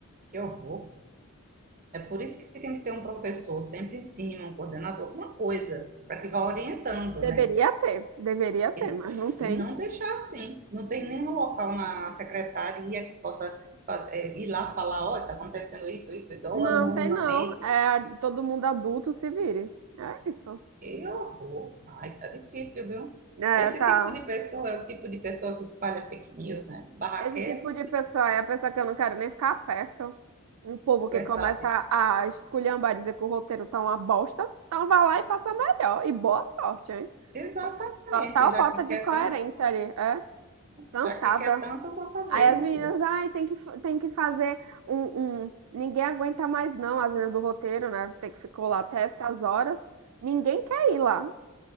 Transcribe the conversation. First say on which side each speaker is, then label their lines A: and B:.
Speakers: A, on the right (about 40°); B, on the right (about 75°).
A: Que horror. É por isso que tem que ter um professor sempre em cima, um coordenador, alguma coisa, para que vá orientando,
B: Deveria
A: né?
B: ter, deveria ter,
A: E,
B: mas não tem.
A: e não deixar assim. Não tem nenhum local na secretaria que possa é, ir lá falar, ó, oh, está acontecendo isso, isso, isso, ou
B: Não
A: anonimamente.
B: tem não. É todo mundo adulto se vire. É isso.
A: Que horror! Ai, tá difícil, viu?
B: É,
A: Esse
B: tá.
A: tipo de pessoa é o tipo de pessoa que espalha fake news, né? Barraqueiro,
B: Esse tipo de pessoa é a pessoa que eu não quero nem ficar perto. Um povo que
A: verdade.
B: começa a esculhambar, dizer que o roteiro tá uma bosta. Então vá lá e faça melhor. E boa sorte, hein?
A: Exatamente,
B: Total
A: já
B: falta
A: que quer
B: de coerência
A: tanto,
B: ali. É cansada.
A: já que quer tanto, eu vou fazer,
B: Aí as
A: minha
B: meninas,
A: filha.
B: ai, tem que, fa- tem que fazer um, um- Ninguém aguenta mais, não, as meninas do roteiro, né? Tem que ficou lá até essas horas. Ninguém quer ir lá